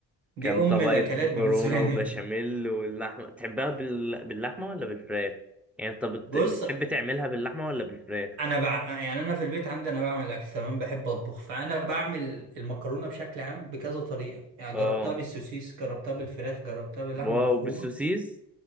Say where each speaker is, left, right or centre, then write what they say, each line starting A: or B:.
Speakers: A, on the right; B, in the centre.
A: دي
B: كام
A: ام
B: طبقه
A: الاكلات
B: مكرونه
A: بالنسبه لي
B: وبشاميل
A: <laughs>
B: واللحمه تحبها بال... باللحمه ولا بالفراخ يعني انت بت...
A: بص
B: بتحب تعملها باللحمه ولا بالفراخ
A: انا بع... يعني انا في البيت عندي انا بعمل اكل تمام بحب اطبخ فانا بعمل المكرونه بشكل عام بكذا طريقه يعني
B: اه
A: جربتها بالسوسيس جربتها بالفراخ جربتها باللحمه
B: واو
A: المفرومه
B: بالسوسيس